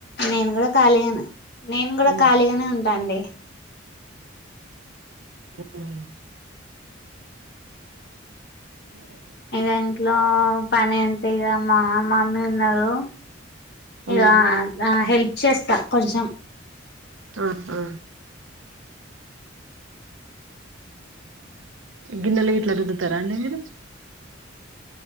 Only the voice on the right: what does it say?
ఉమ్
ఆ అ <unintelligible> మ్యాగీ
ఉమ్
ఆ హా గిన్నెలు ఇట్లా రుద్దుతారా అండి మీరు